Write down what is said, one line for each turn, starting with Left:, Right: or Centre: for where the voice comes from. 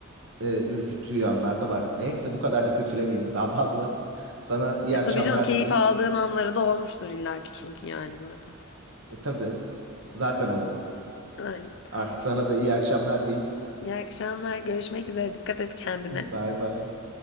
Right: e, ürküttüğü yanlar da var. Neyse bu kadar da kötülemeyeyim daha fazla. <laughs> Sana iyi
Left: E
Right: akşamlar
Left: tabii canım keyif
Right: dileyip
Left: aldığın anları da olmuştur illaki çünkü yani zaten.
Right: e, tabii zaten oldu.
Left: Aynen.
Right: Artık sana
Left: Peki.
Right: da iyi akşamlar diyeyim.
Left: İyi akşamlar. Görüşmek üzere. Dikkat et kendine.
Right: <laughs> Bye bye.